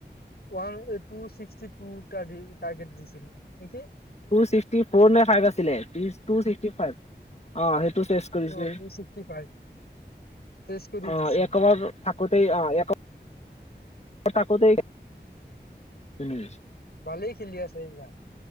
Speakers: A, on the left; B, on the left.
A: One two sixty two টা টাৰ্গেট দিছিলো, নেকি?
B: টু ছিক্সটি ফৰ নে ফাইভ আছিলে ত্ৰিছ টু ছিক্সটি ফাইভ। অ সেইটো চেচ কৰিছে।
A: অ টু ছিক্সটি ফাইভ চেচ কৰি
B: অ'
A: দিছে
B: এক অভাৰ থাকোতে অ এক <unintelligible>
A: ভালেই খেলি আছে এইবাৰ।